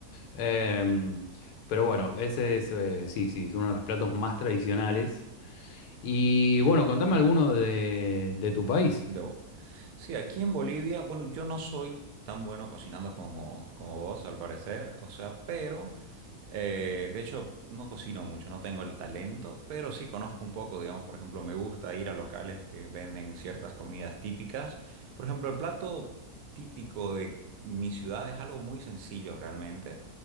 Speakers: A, on the left; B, on the right.
A: Em, pero bueno, ese es, eh, sí, sí, es uno de los platos más tradicionales. Y bueno, contame alguno de, de tu país.
B: Debo. Sí, aquí en Bolivia, bueno, yo no soy tan bueno cocinando como, como vos, al parecer, o sea, pero, eh, de hecho, no cocino mucho, no tengo el talento, pero sí conozco un poco, digamos, por ejemplo, me gusta ir a locales que venden ciertas comidas típicas. Por ejemplo, el plato típico de mi ciudad es algo muy sencillo realmente.